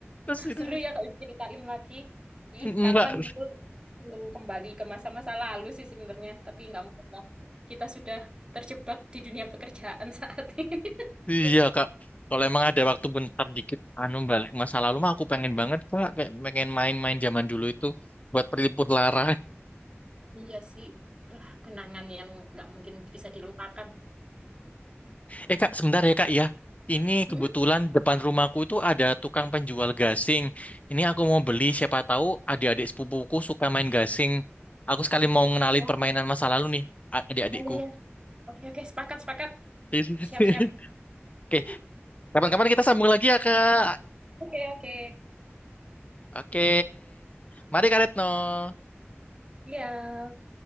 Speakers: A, on the left; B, on the right.
A: Terus
B: Ah,
A: ini
B: seru ya kalau diceritain lagi. Ih,
A: enggak.
B: kapan gitu ingin kembali ke masa-masa lalu sih sebenarnya. Tapi nggak mungkin lah. Kita sudah terjebak di dunia pekerjaan saat ini. <laughs>
A: Iya Kak. Kalau emang ada waktu bentar dikit anu balik masa lalu mah aku pengen banget Kak, kayak pengen main-main zaman dulu itu buat peliput lara.
B: Iya sih. Wah, kenangan yang nggak mungkin bisa dilupakan.
A: Eh kak, sebentar ya kak ya. Ini
B: Hmm?
A: kebetulan depan rumahku itu ada tukang penjual gasing. Ini aku mau beli, siapa tahu adik-adik sepupuku suka main gasing. Aku sekali mau ngenalin
B: Oh,
A: permainan masa lalu nih, a- adik-adikku.
B: ya, ya, ya. Oke, oke. Sepakat, sepakat.
A: <laughs>
B: Siap, siap.
A: Oke,
B: <laughs>
A: kapan-kapan kita sambung lagi ya kak.
B: Oke, oke.
A: Oke, mari Kak Retno.
B: Iya.